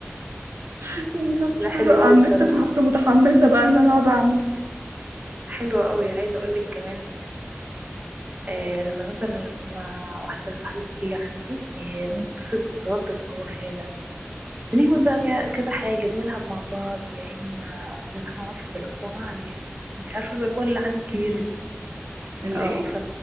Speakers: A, on the right (about 85°); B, on the right (about 35°).
A: <laughs> شفت
B: لا حلو
A: طرق
B: قوي
A: على
B: بصراحة
A: النت فرحت متحمسه بقى ان انا اقعد اعمل
B: حلو قوي عايزة اقول لك كمان آه، لما مثلا لما واحدة صاحبتي تيجي عندي يعني
A: مم.
B: بنبسط بساط اللي هو فعلا بنعمل بقى كا- كذا حاجة بنلعب مع بعض يا إما بنروح نقعد في البلكونة عندي انت عارفة البلكونة اللي عندي الكبيرة دي
A: الايه
B: اه